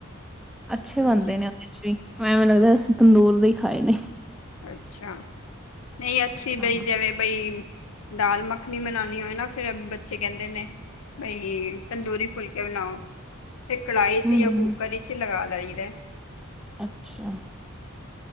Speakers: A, in the centre; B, on the left.
A: ਅੱਛੇ
B: ਹਾਂਜੀ
A: ਬਣਦੇ ਨੇ ਉਹਦੇ ਚ ਵੀ ਐਵੇਂ ਲੱਗਦਾ ਅਸੀਂ ਤੰਦੂਰ ਦੇ ਖਾਏ ਨੇ।
B: ਅੱਛਾ, ਨਹੀਂ ਅਸੀਂ
A: ਹਾਂ
B: ਬਈ ਜਵੇ ਬਈ, ਦਾਲ ਮੱਖਣੀ ਬਣਾਉਣੀ ਹੋਵੇ ਨਾ ਫਿਰ ਬੱਚੇ ਕਹਿੰਦੇ ਨੇ ਬਈ ਤੰਦੂਰੀ ਫੁਲਕੇ ਬਣਾਓ, ਫਿਰ ਕੜਾਹੀ ਚ
A: ਹਮ
B: ਜਾਂ ਕੂਕਰ ਚ ਲਗਾ ਲਈਦਾ
A: ਅੱਛਾ